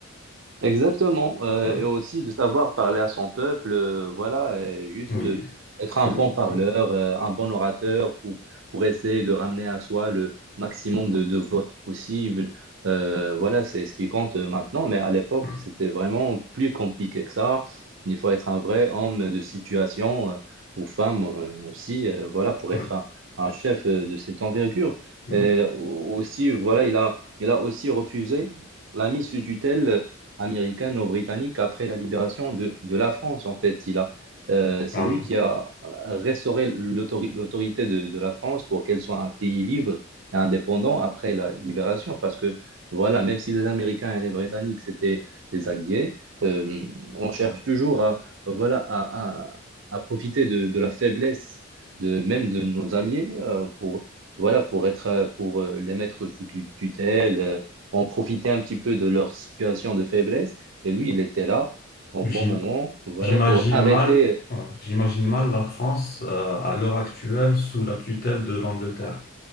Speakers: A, on the right (about 65°); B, on the left (about 50°).
A: Exactement, euh,
B: Ouais.
A: et aussi de savoir parler à son peuple, euh, voilà, et juste
B: Oui,
A: euh, être
B: c'est très
A: un bon
B: important.
A: parleur, euh, un bon orateur pour, pour essayer de ramener à soi le maximum de, de votes possible. Euh, voilà, c'est ce qui compte euh, maintenant, mais à l'époque,
B: Ouais,
A: c'était vraiment plus compliqué que ça. Il faut être un vrai homme de situation, euh, ou femme euh, aussi, euh, voilà, pour
B: ouais,
A: être un, un chef euh, de cette envergure.
B: oui.
A: Et au- aussi, voilà, il a, il a aussi refusé la mise sous tutelle américano-britannique après la libération de, de la France, en fait. Il a, euh, c'est
B: Ah
A: lui
B: oui.
A: qui a restauré l'autori- l'autorité de, de la France pour qu'elle soit un pays libre et indépendant après la libération, parce que, voilà, même si les Américains et les Britanniques, c'était des alliés, euh, on cherche toujours à, voilà, à, à- à profiter de, de la faiblesse de, même de nos alliés euh, pour, voilà, pour, être, euh, pour euh, les mettre sous tu- tutelle euh, on profitait un petit peu de leur situation de faiblesse. Et lui, il était là au
B: J'im-
A: bon moment, voilà,
B: J'imagine
A: pour arrêter.
B: mal, hein, j'imagine mal la France euh, à l'heure actuelle sous la tutelle de l'Angleterre.